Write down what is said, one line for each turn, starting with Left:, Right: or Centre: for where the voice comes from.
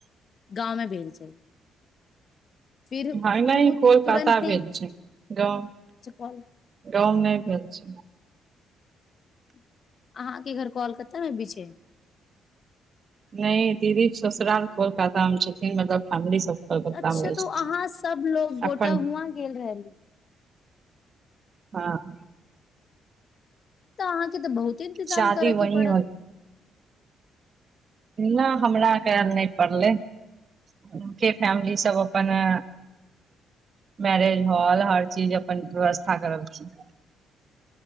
Left: गाँवमे भेल छै। फिर उ
Right: हं नै कोलकाता
Left: तुरन्ते
Right: भेल छै गाँव
Left: कॉल
Right: गाँव में नै भेल छै।
Left: अहाँके घर कोलकत्ता मे भी छै?
Right: नै दीदी के ससुराल कोलकाता मे छथिन मतलब फैमिली सब कोलकाता
Left: अच्छा
Right: मे रहै
Left: तो
Right: छथिन
Left: अहाँ सब लोग गोटा
Right: अपन
Left: हुआं गेल रहली।
Right: हां
Left: तऽ अहाँके तऽ बहुते इन्तजाम
Right: शादी
Left: करके
Right: वही
Left: पड़त।
Right: ना हमरा करल नै पड़लै। हुनके फैमिली सब अपन अ मैरेज हॉल हर चीज अपन व्यवस्था करलखिन।